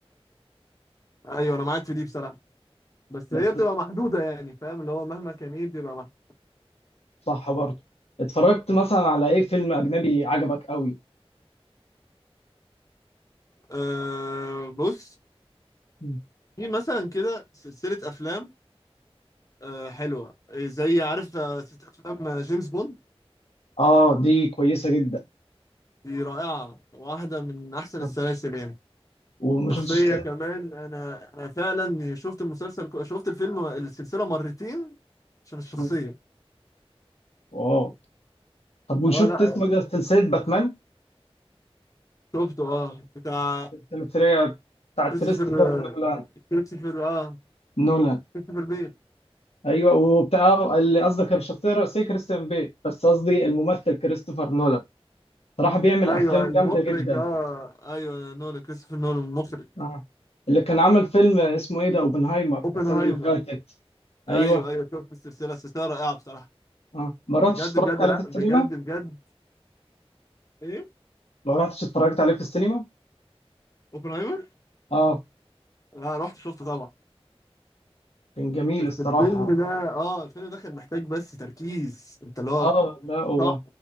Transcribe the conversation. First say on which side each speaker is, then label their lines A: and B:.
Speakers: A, on the left (about 35°); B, on the left (about 80°).
A: أيوة أنا معاك في دي بصراحة بس
B: بس
A: هي بتبقى محدودة يعني فاهم اللي هو مهما كان إيه بتبقى محدودة.
B: صح برضه اتفرجت مثلا على ايه فيلم اجنبي عجبك قوي
A: آه بص
B: مم.
A: في مثلا كده سلسلة أفلام آه، حلوة آه، زي عارف آه، ست أفلام آه، جيمس بوند
B: اه دي كويسة جدا
A: دي رائعة واحدة من أحسن
B: مم.
A: السلاسل يعني
B: وما
A: شخصية
B: شفتش
A: كمان أنا أنا فعلا شفت المسلسل شفت الفيلم السلسلة مرتين عشان الشخصية
B: مم. واو طب وشفت
A: اه لا
B: اسمه ده سلسلة باتمان
A: شفته اه بتاع
B: الثلاثية بتاعت
A: كريستوفر
B: كريستوفر
A: آه،
B: نولان
A: كريستوفر اه
B: نولان
A: كريستوفر بيل
B: ايوه وبتاع اللي قصدك الشخصيه الرئيسيه كريستيان بيل بس قصدي الممثل كريستوفر نولان صراحه بيعمل
A: ايوه
B: افلام جامده
A: المخرج
B: جدا
A: اه ايوه نولان كريستوفر نولان المخرج
B: اه اللي كان عمل فيلم اسمه ايه ده اوبنهايمر
A: اوبنهايمر
B: السنه اللي فاتت ايوه
A: ايوه ايوه شفت السلسلة السلسلة رائعة بصراحة
B: اه ما رحتش
A: بجد
B: اتفرجت
A: بجد
B: عليه
A: لا
B: في السينما
A: بجد بجد ايه
B: ما رحتش اتفرجت عليه في السينما
A: اوبنهايمر
B: اه
A: لا رحت شفته طبعا
B: كان جميل
A: بس
B: الصراحه
A: الفيلم ده اه الفيلم ده كان محتاج بس تركيز انت اللي هو
B: اه لا هو
A: صح